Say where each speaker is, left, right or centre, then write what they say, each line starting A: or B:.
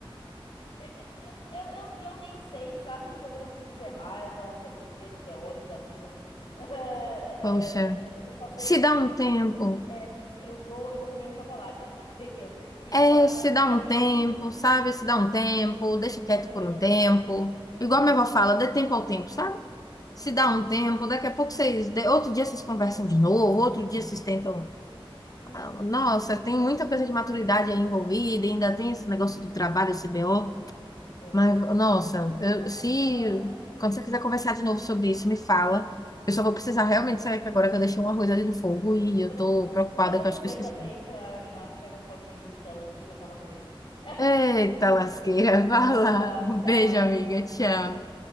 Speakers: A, on the left (about 65°); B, on the left (about 40°).
A: é, é, é, Eu, eu, eu nem sei, sabe o que que eu tô me sentindo? Se é raiva, se é tristeza, se é ódio da vida. <laughs> É,
B: Poxa,
A: é, eu só sei
B: se
A: que
B: dá um tempo.
A: é, eu vou, eu vou comer um chocolate aqui. <laughs> Que, eu- que
B: É,
A: chocolate
B: se
A: sempre
B: dá
A: me anime.
B: um tempo, sabe? Se dá um tempo, deixa quieto
A: Sempre
B: por
A: me
B: um
A: anima.
B: tempo.
A: Comida.
B: Igual minha avó fala, dê tempo ao tempo, sabe?
A: Uhum.
B: Se dá um tempo, daqui a pouco vocês, de- outro dia vocês conversam de novo, outro dia vocês tentam.
A: Uhum.
B: Ah, Nossa, tem muita coisa de maturidade aí envolvida, ainda tem esse negócio do trabalho, esse BO.
A: É.
B: Mas, nossa, eu-
A: Então
B: se
A: deixa.
B: quando você quiser conversar de novo sobre isso, me fala. Eu só vou precisar
A: Falo.
B: realmente sair que agora que eu deixei um arroz ali no fogo e eu
A: Pronto.
B: tô preocupada
A: E eu vou
B: que
A: comer
B: eu acho que eu esqueci.
A: também pra animar. Vou pegar um potinho de Nutella aqui e acabar com ele. <laughs>
B: Eita, lasqueira, <laughs> vai
A: Vai
B: lá. Um
A: tchau.
B: beijo, amiga. Tchau.